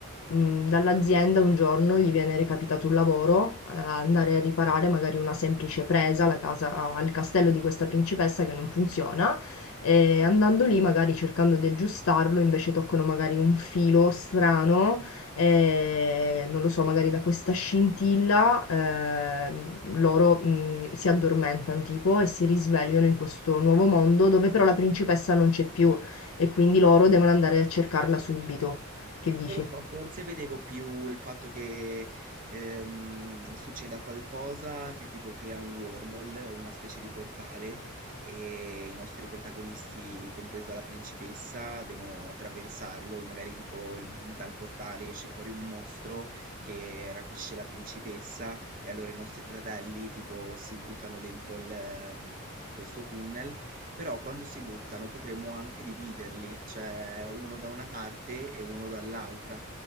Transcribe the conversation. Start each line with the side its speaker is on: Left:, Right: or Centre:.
Left: mh, dall'azienda un giorno gli viene recapitato un lavoro, eh, andare a riparare magari una semplice presa alla casa- al castello di questa principessa che non funziona. E andando lì, magari cercando di aggiustarlo, invece toccano magari un filo strano, e non lo so, magari da questa scintilla eh, loro mh, si addormentano tipo e si risvegliano in questo nuovo mondo dove però la principessa non c'è più e quindi loro devono andare a cercarla subito. Che dici?
Right: Non lo so, forse vedevo più il fatto che ehm, succeda qualcosa che tipo crea un wormhole, una specie di portale, e i nostri protagonisti, compresa la principessa, devono attraversarlo, magari tipo il- dal portale esce fuori un mostro che rapisce la principessa e allora i nostri fratelli tipo si buttano dentro il, ehm, questo tunnel però quando si buttano potremmo anche dividerli, cioè uno da una parte e uno dall'altra.